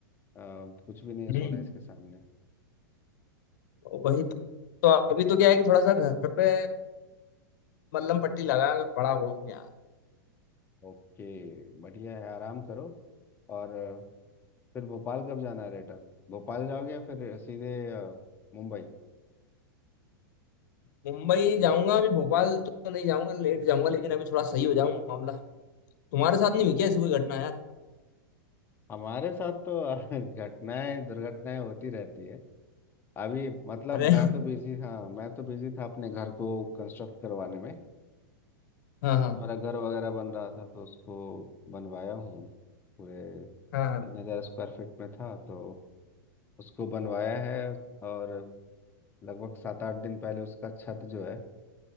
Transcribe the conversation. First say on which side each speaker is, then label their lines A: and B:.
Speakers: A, on the left; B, on the left.
A: कुछ भी नहीं है सोना
B: हम्म
A: इसके सामने
B: तो वही तो तो अभी तो क्या है कि थोड़ा सा घर पे मल्लम पट्टी लगा के पड़ा हुआ हूँ यार
A: ओके बढ़िया है आराम करो और अ, फिर भोपाल कब जाना है रिटर्न भोपाल जाओगे या फिर सीधे अ, मुंबई
B: मुंबई जाऊंगा अभी भोपाल तो नहीं जाऊंगा लेट जाऊंगा लेकिन अभी थोड़ा सही हो जाऊं मामला तुम्हारे साथ नहीं हुई क्या ऐसी कोई घटना यार
A: हमारे साथ तो <laughs> घटनाएं दुर्घटनाएं होती रहती है अभी मतलब
B: अरे
A: मैं तो बिजी हाँ मैं तो बिजी था अपने घर को कंस्ट्रक्ट करवाने में
B: हाँ हाँ
A: मेरा घर वगैरह बन रहा था तो उसको बनवाया हूँ पूरे
B: हाँ
A: तीन
B: हाँ
A: हजार स्क्वायर फीट में था तो उसको बनवाया है और लगभग सात आठ दिन पहले उसका छत जो है